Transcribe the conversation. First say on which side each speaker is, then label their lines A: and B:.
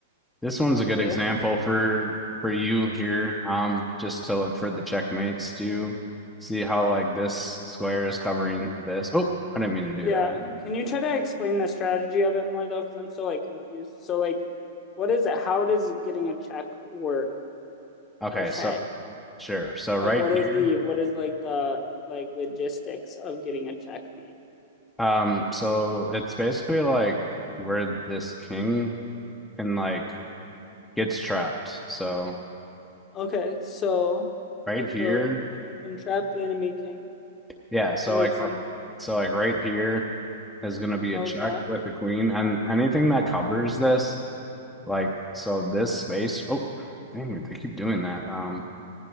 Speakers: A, in the centre; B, on the left.
A: This one's
B: Okay,
A: a good example for for you here. Um, just to look for the checkmates to see how like this square is covering this. Oh, I didn't mean to
B: yeah.
A: do that.
B: Can you try to explain the strategy of it more though? Because I'm so like confused. So like, what is it? How does getting a check work
A: Okay,
B: per se?
A: so. Sure. So right
B: Like what
A: here,
B: is the what is like the like logistics of getting a checkmate?
A: um, so it's basically like where this king can like gets trapped. So
B: Okay, so
A: right
B: if
A: here,
B: the if you can trap the enemy king,
A: yeah. So
B: that makes
A: like,
B: sense.
A: r- so like right here is gonna be
B: Okay.
A: a check with the queen, and anything that covers this, like, so this space. Oh, dang it, they keep doing that. Um,